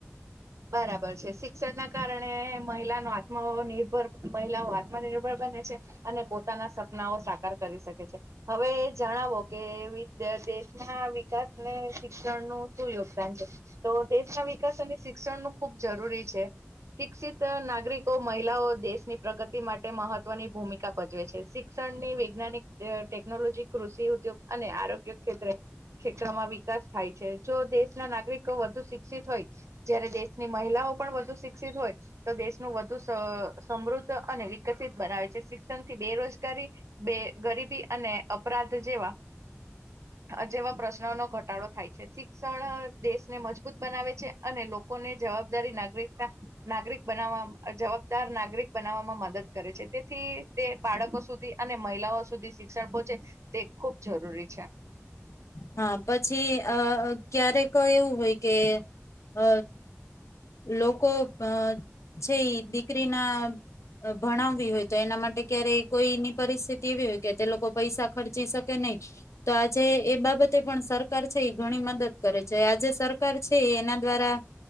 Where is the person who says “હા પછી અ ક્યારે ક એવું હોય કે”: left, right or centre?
Left